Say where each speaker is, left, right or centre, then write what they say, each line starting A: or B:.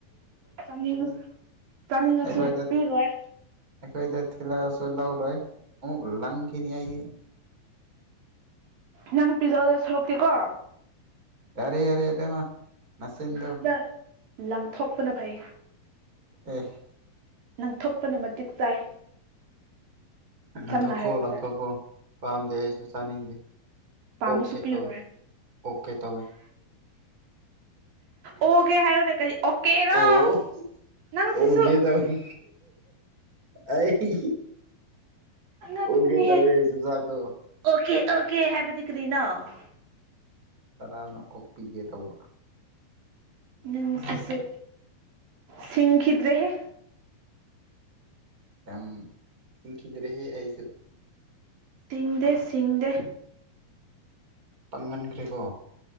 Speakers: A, on the right (about 70°); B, on the right (about 25°).
A: ꯆꯥꯅꯤꯡꯉ ꯆꯥꯅꯤꯡꯉꯁꯨ
B: ꯑꯩꯈꯣꯏꯗ
A: ꯄꯤꯔꯣꯏ
B: ꯑꯩꯈꯣꯏꯗ ꯊꯤꯜꯂꯛꯒꯁꯨ ꯂꯧꯔꯣꯏ ꯑꯃꯨꯛ ꯂꯪ ꯅꯤ ꯍꯥꯏꯥꯏ
A: ꯅꯪ ꯄꯤꯖꯧꯗ ꯁꯣꯔꯨꯛꯇꯦꯀꯣ
B: ꯌꯥꯔꯦ ꯌꯥꯔꯦ ꯏꯕꯦꯝꯃ ꯃꯁꯤꯗꯨ
A: ꯗ ꯂꯪꯊꯣꯛꯄꯅ ꯐꯩ
B: ꯑꯣ
A: ꯅꯪꯊꯣꯛꯄꯅ ꯃꯇꯤꯛ ꯆꯥꯏ
B: ꯎꯝ
A: ꯁꯝꯅ
B: ꯊꯈꯣ
A: ꯍꯥꯏꯔꯕꯗ
B: ꯊꯈꯣ ꯄꯝ ꯆꯥꯅꯤꯡꯗꯦ
A: ꯄꯥꯝꯃꯁꯨ
B: ꯑꯣꯛꯀꯦ
A: ꯄꯤꯔꯣꯏ
B: ꯇꯧꯋꯦ ꯑꯣꯛꯀꯦ ꯇꯧꯋꯦ
A: ꯑꯣꯒꯦ ꯍꯥꯏꯌꯣꯅꯦ ꯀꯖꯤ ꯑꯣꯀꯦꯔꯣ
B: ꯑꯣ
A: ꯅꯪ
B: ꯑꯣꯒꯦ
A: ꯁꯤꯁꯨ
B: ꯇꯧꯋꯦ ꯑꯩ
A: ꯑꯉꯛꯄꯅꯦꯍꯦ
B: ꯑꯣꯒꯦ ꯇꯧꯋꯦ ꯆꯨꯖꯥꯛꯇꯣ
A: ꯑꯣꯀꯦ ꯑꯣꯀꯦ ꯍꯥꯏꯕꯗꯤ ꯀꯔꯤꯅꯣ
B: ꯇꯔꯥꯝꯅ ꯑꯣꯛꯄꯤꯒꯦ ꯇꯧꯕ
A: ꯅꯪꯁꯤꯁꯨ ꯁꯤꯡꯈꯤꯗ꯭ꯔꯦꯍꯦ
B: ꯌꯥꯝ ꯁꯤꯈꯤꯗ꯭ꯔꯦ ꯍꯦ ꯑꯩꯁꯨ
A: ꯇꯤꯡꯗꯦ ꯆꯤꯡꯗꯦ
B: ꯇꯥꯡꯃꯟꯈ꯭ꯔꯦꯀꯣ